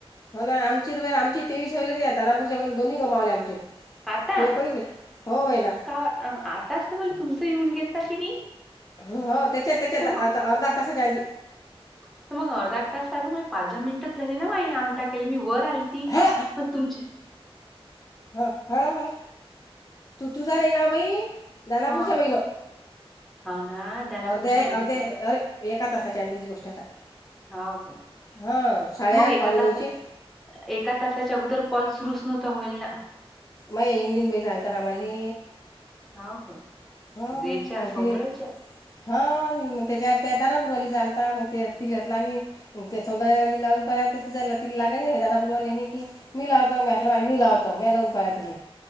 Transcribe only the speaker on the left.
हो ना आम आमची तेवीस होईलच या धापूरच्या प दोन्ही गमावले आमचे
हे कधी नाही हो बाई ना
हो हो त्याच्या त्याचात
अर्ध्याक तासाच्या आधी
हां
ह हरा हला तू तू जा नाही ना बई दनाापूच्या
बै न
अर्ध्या
अर्ध्या एका तासाच्या आधीची गोष्ट आहे
हा साडेआठ
पावणे नऊची
माग इंग्लीन बज झालत रामाली
हा
मग
ते. हा मग त्याच्या त्या दनापुरवाली चालता मग ते तितला म् ते सौंदयवाली लावून प ति लाग दानापूरवाली की मी लावतो म म्हटला मा मी लावतो मी लावून पहिय तिला